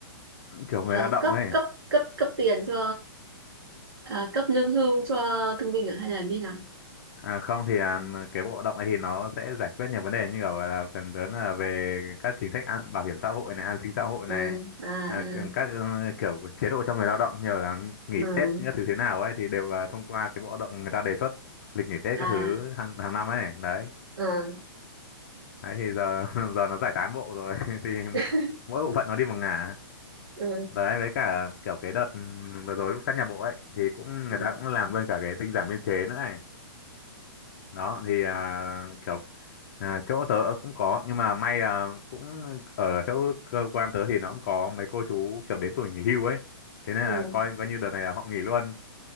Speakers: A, on the left; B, on the right.
A: Kiểu người
B: ờ,
A: lao
B: à,
A: động
B: cấp
A: ấy
B: cấp cấp cấp tiền cho à, cấp lương hưu cho thương binh ở hay là như nào?
A: À không thì à, cái bộ động này thì nó sẽ giải quyết nhiều vấn đề như kiểu là phần lớn là về các chính sách an, bảo hiểm xã hội này, an sinh xã hội này,
B: Ừ, à,
A: à,
B: ừ,
A: c- các ừ, kiểu chế độ cho người lao động như là nghỉ
B: ừ,
A: Tết các thứ thế nào ấy thì đều là thông qua cái bộ động người ta đề xuất lịch nghỉ Tết
B: à,
A: các thứ hàng hàng năm ấy đấy.
B: ừ.
A: Đấy thì giờ <laughs> giờ nó giải tán bộ rồi <laughs> thì
B: <laughs>
A: mỗi bộ phận nó đi một ngả.
B: ừ.
A: Đấy với cả kiểu cái đợt ừ, vừa rồi lúc sát nhà bộ ấy thì cũng
B: ừ.
A: người ta cũng làm luôn cả cái tinh giản biên chế nữa ấy. đó thì à, kiểu à, chỗ tớ cũng có nhưng mà may là cũng ở chỗ cơ quan tớ thì nó cũng có mấy cô chú kiểu đến tuổi nghỉ hưu ấy thế nên là
B: ừ.
A: coi coi như đợt này là họ nghỉ luôn